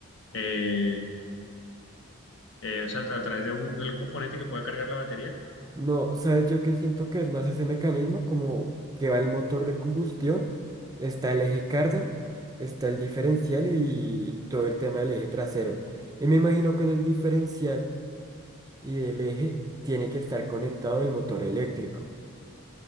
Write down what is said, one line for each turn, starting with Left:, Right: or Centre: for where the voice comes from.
Left: eh, eh, o sea, a través de un, de algún componente que pueda cargar la batería?
Right: No, ¿sabes yo qué siento que es más ese mecanismo? Como que va el motor de combustión, está el eje cardan, está el diferencial y todo el tema del eje trasero. Y me imagino que en el diferencial y el eje tiene que estar conectado el motor eléctrico.